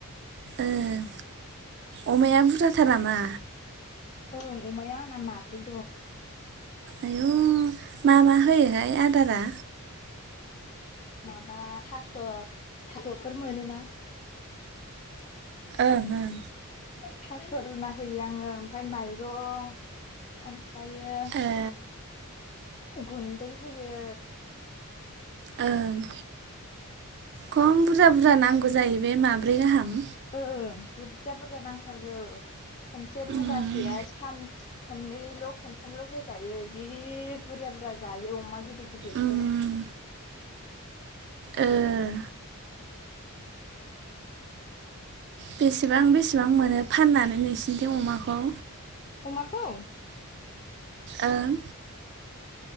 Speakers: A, on the right; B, on the left.
A: ओं, अमाया बुरजाथार नामा?
B: ओं, अमाया आंना माब्रै दं।
A: आयऔ मा- मा होयोहाय आदारा?
B: माबा थास' -थास'फोर मोनोना।
A: ओं ओं
B: थास' रुना होयो आङो ओमफाय माइरं ओमफ्रायो
A: ओ
B: गुन्दै होयो।
A: ओं खम बुरजा- बुरजा नांगौ जायो बे माब्रै गाहाम।
B: ओं बुरजा- बुरजा नांथारगौ। खनसे रुगासेया
A: उम
B: सान खननैल' खनथामल' होजायो जि बुरजा- बुरजा जायो अमा गिदिर गिदिरखायनो।
A: उम ओ। ओह। बेसेबां बेसेबां मोनो फाननानै नोंसोरनिथिं अमाखौ?
B: अमाखौ?
A: ओं।